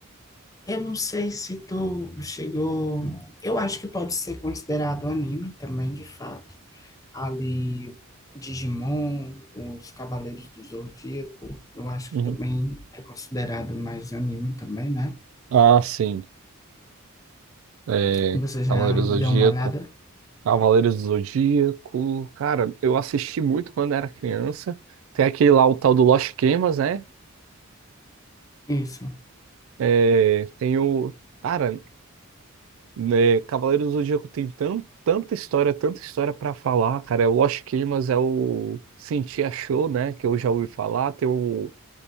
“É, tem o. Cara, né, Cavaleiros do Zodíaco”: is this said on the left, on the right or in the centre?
Right